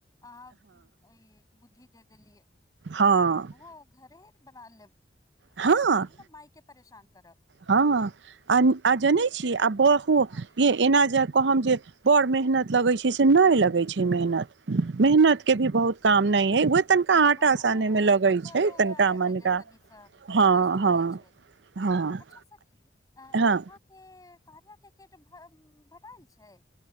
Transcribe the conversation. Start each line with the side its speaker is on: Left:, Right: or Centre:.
Left: अहाँ ई बुद्धि दे देलियै
Right: हँ
Left: अब हम घरे बना लेब
Right: हँ
Left: काहे ने माय के परेशान करब
Right: हँ आ आ जने ब
Left: हँ
Right: एना जा कह जे बड़ मे लगै छै से नहि लगै छै मेहत मेहनत के भी बहुत काम नहि ह तनिका आटा
Left: हँ
Right: साने
Left: हँ
Right: मे लगैत
Left: बस
Right: छै
Left: ओकरा
Right: तनिका
Left: आरमे
Right: मनिका
Left: जे तनी
Right: हँ
Left: कष्ट होब
Right: हँ
Left: छै
Right: हँ
Left: अच्छा सी अहाँके
Right: हँ
Left: कार्या केकेट भटाल छै